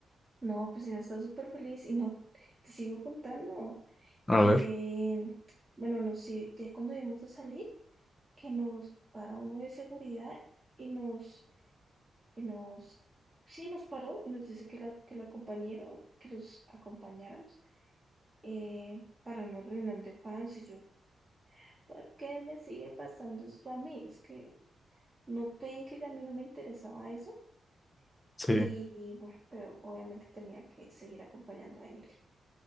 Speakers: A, on the right (about 20°); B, on the left (about 15°).
A: No, pues ella está súper feliz. Y no, te sigo contando
B: A
A: que,
B: ver.
A: bueno, no sé, ya cuando íbamos a salir, que nos para uno de seguridad y nos, y nos, sí, nos paró y nos dice que la, que la acompañaron, que los acompañáramos eh, para una reunión de fans. Y yo, ¿por qué me sigue pasando esto a mí? Es que no ven que ya a mí no me interesaba eso.
B: Sí.
A: Y bueno, pero obviamente tenía que seguir acompañando a Emily.